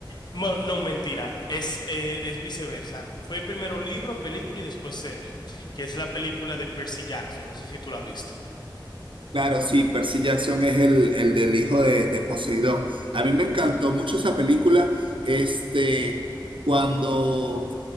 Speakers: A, on the left; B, on the right.
A: Bueno, no, mentira, es, eh, es viceversa. Fue primero libro, película y después serie, que es la película de Percy Jackson, no sé si tú la viste.
B: Claro, sí, Percy Jackson es el, el del hijo de, de Poseidón. A mí me encantó mucho esa película. Este, cuando